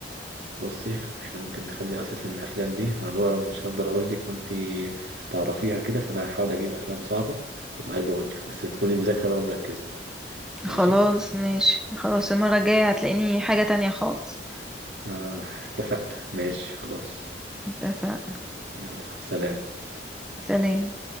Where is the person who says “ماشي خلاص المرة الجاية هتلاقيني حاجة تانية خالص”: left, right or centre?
Centre